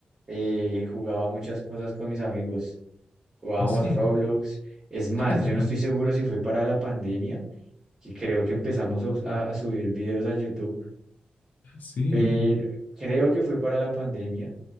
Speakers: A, on the right (about 20°); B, on the left (about 65°).
A: eh, jugaba muchas cosas con mis amigos. Jugábamos
B: Ah, sí.
A: Roblox. Es más,
B: <laughs>
A: yo no estoy seguro si fue para la pandemia, que creo que empezamos a, us- a a subir videos a YouTube,
B: Sí.
A: pero creo que fue para la pandemia